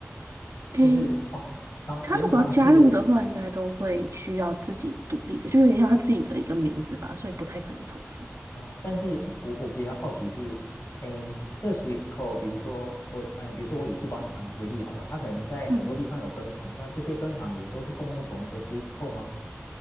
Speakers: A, on the right; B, on the left.
A: 诶，
B: 就是哦，啊，
A: 他如果要加入的话，
B: 银行是
A: 应该都会需要自己独立的，就有点像他自己的一个名字吧，所以不太可能重复。
B: 哦，但是诶我我比较好奇是，诶，这 SWIFT code，比如说我，呃，比如说我以富邦银行为例好了，它可能在很多地方有分行，
A: 嗯。
B: 那这些分行也都是共用同一个 SWIFT code 吗？